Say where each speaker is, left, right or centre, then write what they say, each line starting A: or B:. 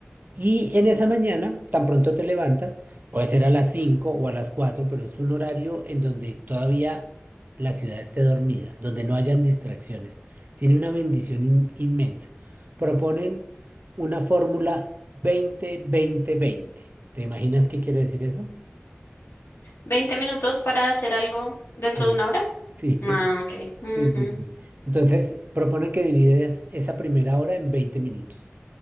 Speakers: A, on the right; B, on the left.
A: Y en esa mañana, tan pronto te levantas, puede ser a las 5 o a las 4, pero es un horario en donde todavía la ciudad esté dormida, donde no hayan distracciones. Tiene una bendición in- inmensa. Proponen una fórmula veinte veinte veinte. te imaginas qué quiere decir eso?
B: Veinte minutos para hacer algo dentro
A: Sí,
B: de una hora?
A: sí.
B: Ah,
A: <laughs>
B: ok. Ujú.
A: Sí, sí, sí. Entonces, propone que divides esa primera hora en 20 minutos.